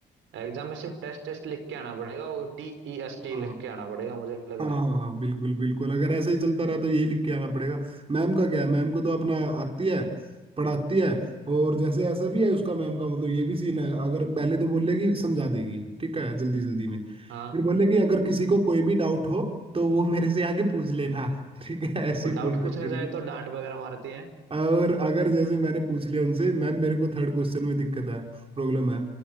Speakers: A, on the right; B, on the right.
A: एग्जाम में सिर्फ टेस्ट टेस्ट लिख के आना पड़ेगा वो टी ई एस टी
B: हाँ
A: लिख के आना पड़ेगा मुझे लग
B: हाँ
A: रहा
B: हाँ
A: है
B: हाँ, बिल्कुल बिल्कुल अगर ऐसे ही चलता रहा तो यही लिख के आना पड़ेगा मैम का क्या है मैम को तो अपना आती है पढ़ाती है और जैसे ऐसा भी है उसका मैम का मतलब ये भी सीन है अगर पहले तो बोलेगी समझा देगी ठीक है जल्दी जल्दी में
A: हाँ
B: फिर बोलेगी अगर किसी को कोई भी डाउट हो तो वो मेरे से आगे पूछ लेना <laughs> ठीक है ऐसी
A: और
B: टोन
A: डाउट पूछने
B: रख करके
A: जाए तो डांट वगैरह मारती है
B: और अगर जैसे मैंने पूछ लिया उनसे मैम मेरे को थर्ड क्वेश्चन में दिक्कत है प्रॉब्लम है